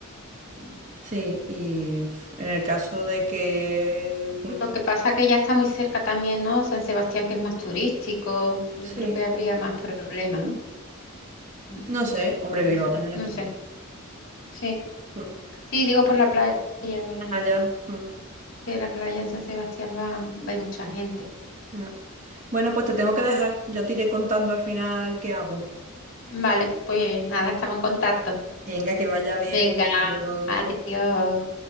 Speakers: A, on the left; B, on the right.
A: Ujú.
B: sí, y uf, en el caso de que... mm,
A: Lo que pasa que ya está muy cerca también, ¿no? San Sebastián, que es más turístico, yo
B: Sí,
A: creo que habría más problemas, ¿no? Mm,
B: no sé, hombre,
A: No
B: Bilbao
A: sé,
B: también
A: no
B: estoy.
A: sé. Sí,
B: Mm.
A: sí, digo por la playa. eh.
B: Allá. mm,
A: que la playa en San Sebastián va, va a ir mucha gente.
B: no. Bueno, pues te tengo que dejar. Yo te iré contando al final qué hago.
A: Vale, pues nada, estamos en contacto.
B: Venga, que vaya bien.
A: Venga,
B: Hasta luego.
A: adiós.